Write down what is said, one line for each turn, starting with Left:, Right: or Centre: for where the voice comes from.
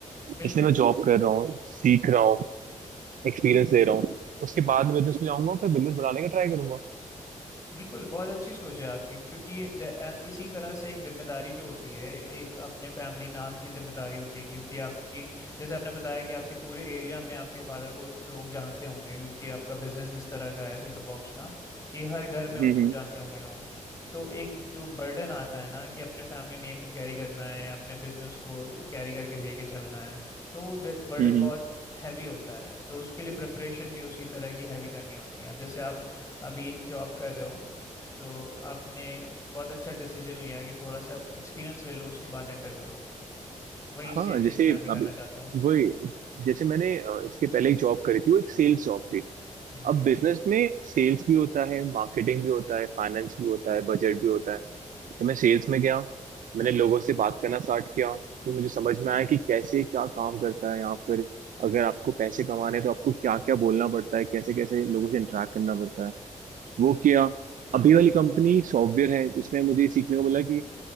Left: बिल्कुल
Right: इसलिए मैं जॉब कर रहा हूँ सीख रहा हूँ एक्सपीरियंस ले रहा हूँ उसके बाद मैं बिजनेस में जाऊंगा फिर बिजनेस बढ़ाने का ट्राई करूंगा
Left: बिल्कुल बहुत अच्छी सोच है आपकी क्योंकि ये ज- अ, इसी तरह से एक जिम्मेदारी जो होती है एक अपने फैमिली नाम की जिम्मेदारी होती है क्योंकि आपकी जैसे आपने बताया कि आपके पूरे एरिया में आपके फादर को लोग जानते होंगे क्योंकि आपका बिजनेस इस तरह का है सेट टॉप बॉक्स का कि हर घर में
Right: हम्म
Left: उनको
Right: हम्म
Left: जानते होंगे लोग तो एक जो बर्डन आता है ना कि अपने फैमिली नेम को कैरी करना है अपने बिजनेस को कैरी करके लेके चलना है तो वो बर्डन
Right: हम्म,
Left: बहुत
Right: हम्म।
Left: हैवी होता है तो उसके लिए प्रिपरेशन भी उसी तरह की हैवी करनी होती है अब जैसे आप अभी जॉब कर रहे हो तो आपने बहुत अच्छा डिसीजन लिया है कि थोड़ा सा एक्सपीरियंस ले लो उसके बाद एंटर करो वही सेम
Right: हाँ
Left: चीज़
Right: जैसे
Left: मैं भी करना
Right: अभी
Left: चाहता हूँ
Right: वही जैसे मैंने अ, इसके पहले एक जॉब करी थी वो एक सेल्स जॉब थी
Left: हम्म
Right: अब बिजनेस में सेल्स भी होता है मार्केटिंग भी होता है फाइनेंस भी होता है बजट भी होता है तो मैं सेल्स में गया मैंने लोगों से बात करना स्टार्ट किया फिर मुझे समझ में आया कि कैसे क्या काम करता है यहाँ पर अगर आपको पैसे कमाने हैं तो आपको क्या क्या बोलना पड़ता है कैसे कैसे लोगों से इंटरेक्ट करना पड़ता है वो किया अभी वाली कंपनी सॉफ्टवेयर है इसमें मुझे ये सीखने को मिला कि